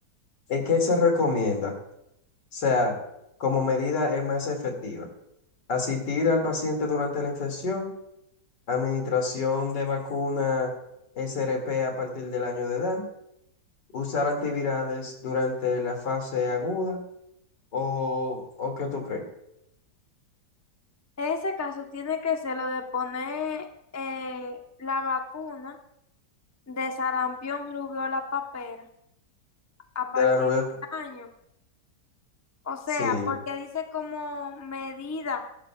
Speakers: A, on the left; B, on the left.
A: ¿es qué se recomienda? O sea, como medida es más efectiva, asistir al paciente durante la infección Administración de vacuna SRP a partir del año de edad. Usar antivirales durante la fase aguda. ¿O, o qué tú crees?
B: En ese caso tiene que ser lo de poner eh, la vacuna de sarampión, rubiola, papera a partir
A: De la rubia.
B: del año. O sea,
A: Sí,
B: porque dice como medida